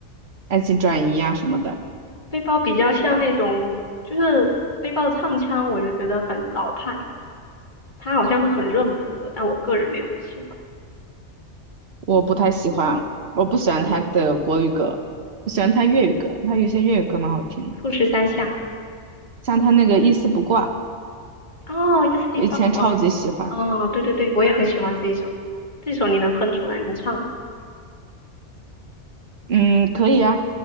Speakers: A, on the right (about 60°); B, on the left (about 40°).
A: 爱情转移》呀什么的，
B: 背包比较像那种，就是背包的唱腔，我就觉得很老派。它好像是很热门的歌，但我个人没有很喜欢。
A: 我不太喜欢。我不喜欢他的国语歌，
B: 嗯，
A: 我喜欢他粤语歌，他有些粤语歌蛮好听的，
B: 富士山下，
A: 像他那个《一丝不挂》。
B: 哦，一西八卦，
A: 我以前超级喜欢，
B: 哦，对对对，我也很喜欢这一首。这首你能哼出来，能唱吗？
A: 嗯，可以啊，